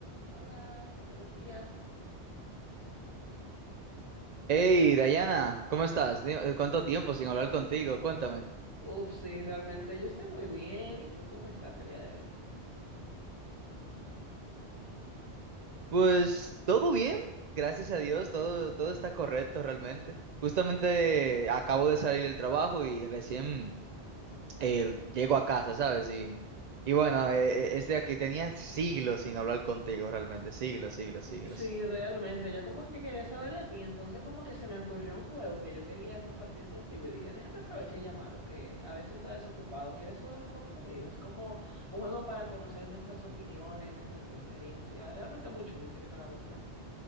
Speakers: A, on the right; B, on the right.
A: Hola, buenos días.
B: Hey, Dayana, ¿cómo estás? Di- eh, ¿Cuánto tiempo sin hablar contigo? Cuéntame.
A: Uf, sí, realmente yo estoy muy bien. ¿Y tú cómo estás el día de hoy?
B: Pues todo bien, gracias a Dios, todo, todo está correcto realmente. Justamente acabo de salir del trabajo y recién eh, llego a casa, ¿sabes? Y, y bueno, eh, eh, estoy aquí, tenía siglos sin hablar contigo realmente, siglos, siglos, siglos.
A: Sí, realmente, ya como que quería saber de ti, entonces como que se me ocurrió un juego que yo quería compartir contigo y dije, déjame aprovechar y llamarlo, que a ver si está desocupado. ¿Quieres jugar un poco conmigo? Es como un juego para conocer nuestras opiniones, nuestras preferencias. Realmente muy chulo y sé que te va a gustar.